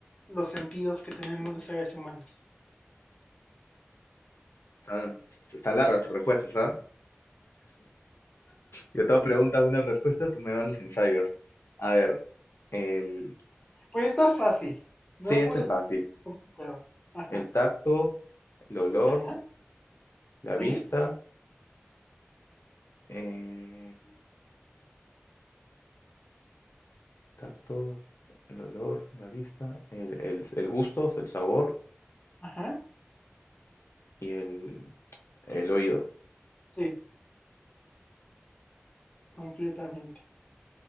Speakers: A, on the left; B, on the left.
A: los sentidos que tenemos los seres humanos?
B: Están, están largas sus respuestas, ¿ah? Yo te hago pregunta, una respuesta, tú me mandas ensayos. A ver, el...
A: Pues está fácil. No
B: Sí, este
A: puedes
B: es fácil.
A: complicado. Ajá,
B: El tacto, el olor,
A: ajá,
B: la vista
A: sí,
B: El tacto, el olor, la vista, el, el- el gusto, el sabor
A: ajá,
B: y el, el oído.
A: sí, completamente.